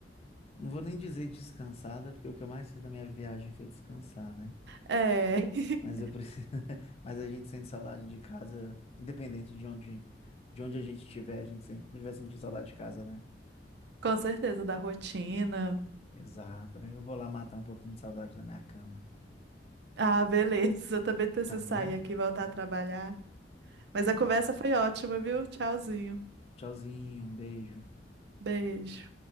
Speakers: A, on the left; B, on the right.
A: Não vou nem dizer descansada, porque o que eu mais fiz na minha viagem foi descansar, né?
B: É, <laughs>
A: Mas eu preciso. <laughs> Mas a gente sente saudade de casa, independente de onde, de onde a gente estiver, a gente sempre vai sentir saudade de casa, né?
B: com certeza, da rotina.
A: Exato. Eu vou lá matar um pouquinho de saudade da minha cama.
B: Ah, beleza, <laughs> eu também preciso
A: Tá bom?
B: sair aqui e voltar a trabalhar. Mas
A: Então
B: a conversa
A: tá.
B: foi ótima, viu? Tchauzinho.
A: Tchauzinho, um beijo.
B: Beijo.